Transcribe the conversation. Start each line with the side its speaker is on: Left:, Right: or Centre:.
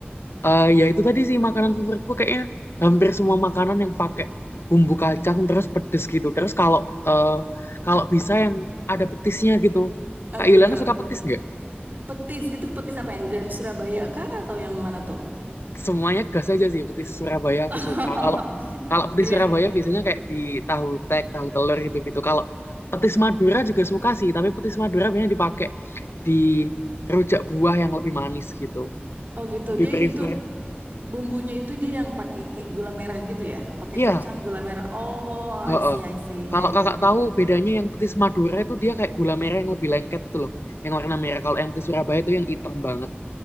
Left: Eh ya itu tadi sih makanan favoritku kayaknya hampir semua makanan yang pakai bumbu kacang terus pedes gitu. Terus kalau eh, kalau bisa yang ada petisnya gitu.
Right: Oh
Left: Kak Yuliana
Right: gitu.
Left: suka petis nggak?
Right: Petis, itu petis apa yang dari Surabaya kah atau yang mana tuh?
Left: semuanya gas aja sih petis Surabaya
Right: <laughs>
Left: aku suka kalau kalau petis
Right: Iya.
Left: Surabaya biasanya kayak di tahu tek tahu telur gitu gitu kalau petis Madura juga suka sih tapi petis Madura biasanya dipakai di rujak buah yang lebih manis gitu
Right: Oh gitu.
Left: lebih
Right: Dia
Left: prefer
Right: itu bumbunya itu dia yang pakai kayak gula merah gitu ya. Pakai
Left: iya
Right: kacang gula merah. Oh,
Left: heeh.
Right: I see, I see. Iya,
Left: kalau
Right: iya.
Left: kakak tahu bedanya yang petis Madura itu dia kayak gula merah yang lebih lengket itu loh yang warna merah kalau yang petis Surabaya itu yang hitam banget